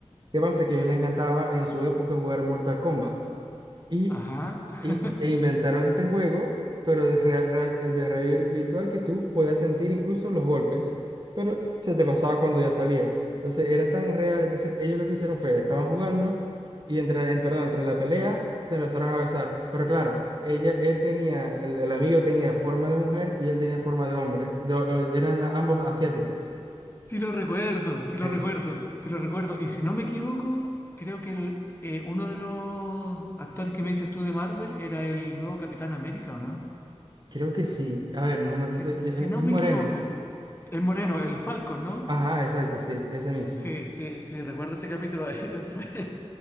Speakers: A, on the right; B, on the left.
A: ¿Qué pasa? Que a ellos les encantaba en su época jugar Mortal Kombat. Y,
B: Ajá. <laughs>
A: y- e inventaron este juego, pero de, real- real- de realidad vir- virtual que tú podías sentir incluso los golpes, pero se te pasaba cuando ya salía. Entonces era tan real. Entonces ellos lo que hicieron fue, estaban jugando y entre, en- perdón, entre la pelea se empezaron a besar. Pero claro, ella, él tenía, el, el amigo tenía forma de mujer y él tenía forma de hombre. Do- eran ambos asiáticos.
B: Sí lo recuerdo, sí lo
A: Es-
B: recuerdo, sí lo recuerdo. Y si no me equivoco, creo que el, eh, uno de los actores que me dices tú de Marvel era el nuevo Capitán América, ¿o no?
A: creo que sí. A ver, no, me-
B: Si,
A: no sé, es
B: si no
A: es
B: me
A: moreno.
B: equivoco, el moreno, el Falcon, ¿no?
A: Ajá, exacto, sí, ese mismo.
B: Sí, sí, sí, recuerdo ese capítulo. <laughs>